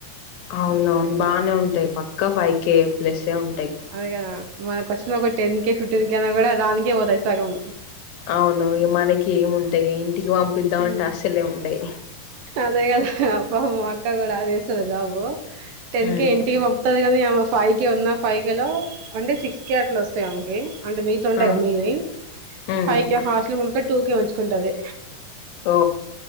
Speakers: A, on the left; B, on the right.
A: అవున అవును బానే ఉంటాయి పక్క ఫైయి కే ప్లసే ఉంటాయి.
B: అదే కదా మన question paper ten K fifteen K ఐనా కూడా దానికే వోతాయ్ సగం.
A: అవును ఇగ మనకేముంటాయి ఇంటికి పంపిద్దాం
B: హ్మ్.
A: అంటే అస్సలే ఉండయి.
B: అదే కదా పాపం మా అక్క కూడా చేస్తాది జాబు టెన్
A: ఉమ్
B: కే ఇంటికి వమ్. వొత్తది కానీ ఆమె ఫైయి కేే ఉన్న ఫైయి కేేలో అంటే సిక్స్ కేే అట్లా ఓస్తాయి ఆమెకి అంటే మీ. తుండే
A: ఆ
B: గద మీది
A: ఉమ్
B: ఫైయి కే హాస్టల్కి పోతే టూ కే ఉంచుకుంటది.
A: ఓ.